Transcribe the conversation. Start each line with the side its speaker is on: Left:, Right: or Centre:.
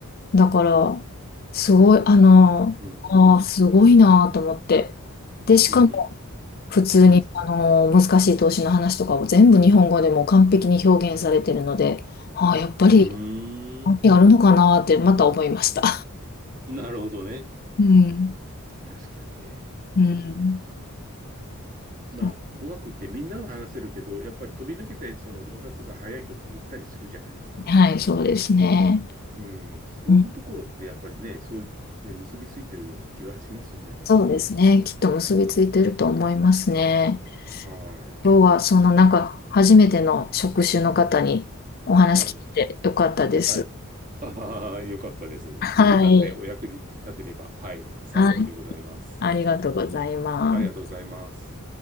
Left: だから、すごい、あの、
Right: うん。
Left: あーすごいなと思って。
Right: うん。
Left: で、しかも
Right: うん。
Left: 普通にあの難しい投資の話とかを全部日本語でも完璧に表現されてるので、
Right: うん。
Left: ああ、やっぱり
Right: うーん。
Left: 関係あるのかなってまた思いました。
Right: なるほどね。
Left: うん。
Right: 確かにね。うん。
Left: うん。
Right: まあ、
Left: そう
Right: 語学ってみんなが話せるけど、やっぱり飛び抜けてその上達が早い人って言ったりするじゃないですか。
Left: はい、そうですね。
Right: うん、そういうところってやっぱりね、
Left: うん、
Right: そういう、ね、結びついてるような気はしますよね、確かに。
Left: そうですね。きっと結びついてると思いますね。
Right: は
Left: 今日はそのなんか初めての職種の方にお話聞いてよかったです。
Right: い。はい。はい。ああ、よかったです。
Left: はい。
Right: 何かね、お役に立てれば、はい、幸いでございます。
Left: はい。ありがとうございます。
Right: ありがとうございます。